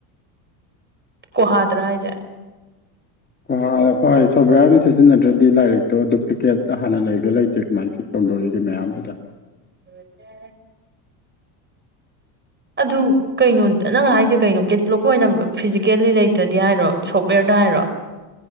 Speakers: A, on the right; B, on the left.
A: ꯀꯣꯍꯗ꯭ꯔ ꯍꯏꯁꯦ
B: ꯍꯣꯏ ꯍꯣꯏ ꯁꯣꯐꯋꯦꯌꯥꯔ ꯑꯃ ꯁꯤꯖꯤꯟꯅꯗ꯭ꯔꯗꯤ ꯂꯥꯏꯔꯤꯛꯇꯣ ꯗꯨꯄ꯭ꯂꯤꯀꯦꯠ ꯍꯥꯟꯅ ꯂꯩꯕ꯭ꯔꯣ ꯂꯩꯇꯦ ꯀꯃꯥꯏꯅ ꯆ ꯇꯧꯗꯣꯒꯦ ꯃꯌꯥꯝꯗꯨꯗ
A: ꯑꯣꯏ ꯌꯥ ꯑꯗꯨ ꯀꯩꯅꯣ ꯅꯪ ꯍꯥꯏꯁꯦ ꯀꯩꯅꯣ ꯀꯦꯇꯂꯣꯛ ꯑꯣꯏꯅ ꯐꯤꯖꯤꯀꯦꯜꯂꯤ ꯂꯩꯇ꯭ꯔꯗꯤ ꯍꯥꯏꯔꯣ ꯁꯣꯞꯋꯦꯔꯗ ꯍꯥꯏꯔꯣ